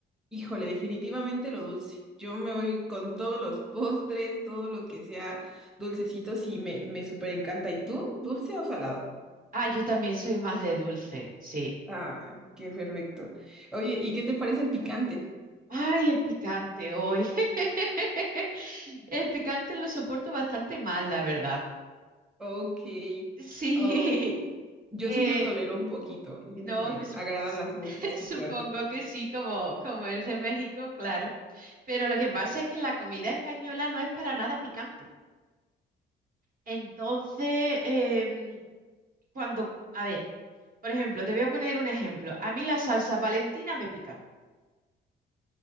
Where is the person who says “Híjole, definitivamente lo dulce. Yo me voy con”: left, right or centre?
Centre